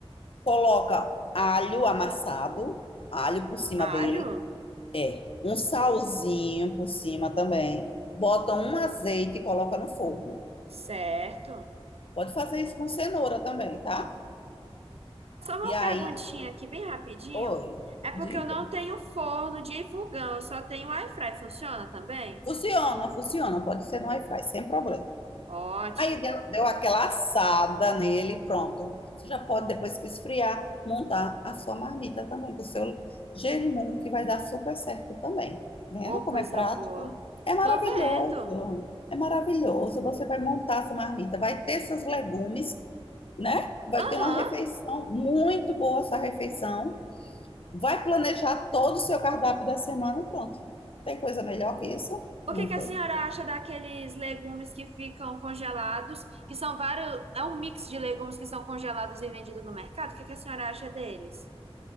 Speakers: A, on the left; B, on the right.
A: coloca alho amassado, alho por cima
B: Alho?
A: dele, é, um salzinho por cima também. Bota um azeite e coloca no forno.
B: Certo.
A: Pode fazer isso com cenoura também, tá?
B: Só uma
A: E aí,
B: perguntinha aqui, bem rapidinho.
A: oi,
B: É porque
A: diga.
B: eu não tenho forno de fogão, eu só tenho air fry. Funciona também?
A: Funciona, funciona, pode ser no airfryer, sem problema.
B: Ótimo.
A: Aí deu, deu aquela assada nele, pronto. Você já pode, depois que esfriar, montar a sua marmita também, com o seu jerimum, que vai dar super certo também. Vendo
B: Ô,
A: como
B: coisa
A: é prático?
B: boa.
A: É maravilhoso.
B: Tô vendo.
A: É maravilhoso. Você vai montar sua marmita, vai ter seus legumes, né? Vai
B: Aham.
A: ter uma refeição muito boa essa refeição. Vai planejar todo o seu cardápio da semana, e pronto. Tem coisa melhor que isso?
B: O
A: Não
B: que que
A: tem.
B: a senhora acha daqueles legumes que ficam congelados, que são vários, é um mix de legumes que são congelados e vendidos no mercado? O que que a senhora acha deles?